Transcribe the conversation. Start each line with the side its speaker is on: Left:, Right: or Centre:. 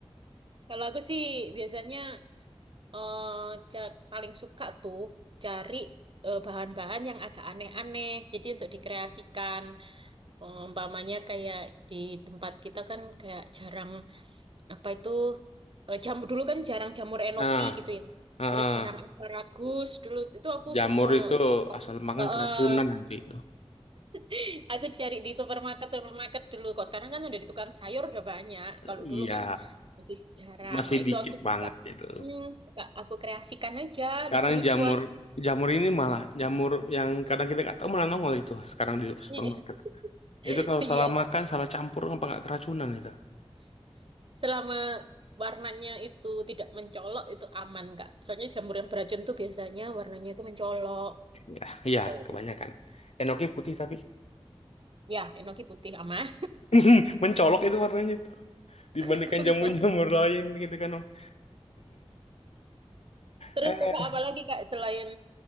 Right: Kalau aku sih biasanya eh, ca- paling suka tuh cari eh, bahan-bahan yang agak aneh-aneh. Jadi untuk dikreasikan, Eh, umpamanya kayak di tempat kita kan kayak jarang. apa itu eh, jamur dulu kan jarang jamur enoki
Left: Nah,
Right: gitu ya
Left: ah,
Right: terus jarang asparagus dulu itu aku
Left: jamur
Right: suka mulu.
Left: itu asal makan
Right: Eh,
Left: keracunan nanti itu.
Right: eh, aku cari di supermarket supermarket dulu kok sekarang kan udah di tukang sayur udah banyak kalau
Left: Iya,
Right: dulu kan masih jarang
Left: masih
Right: nah itu
Left: dikit
Right: aku suka
Left: banget itu.
Right: hmm, suka aku kreasikan aja
Left: Sekarang
Right: lucu-lucuan
Left: jamur jamur ini malah jamur yang kadang kita nggak tahu malah nongol itu sekarang di supermarket.
Right: iya <laughs>
Left: Itu kalau
Right: iya.
Left: salah makan, salah campur apa nggak keracunan itu?
Right: selama warnanya itu tidak mencolok itu aman kak soalnya jamur yang beracun tuh biasanya warnanya itu mencolok
Left: Ya, iya
Right: tuh
Left: kebanyakan. Enoki putih tapi
Right: Ya, enoki putih aman.
Left: <laughs> mencolok itu warnanya itu dibandingkan
Right: <laughs> Kok
Left: jamur-jamur
Right: bisa?
Left: lain gitu kan Om. <laughs>
Right: Terus
Left: Eh,
Right: kakak apa lagi kak selain